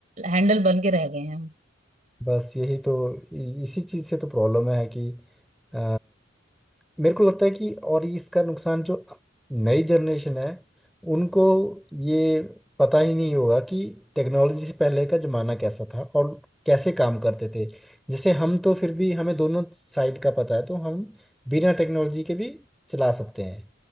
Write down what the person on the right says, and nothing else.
हैंडल बन के रह गए हैं हम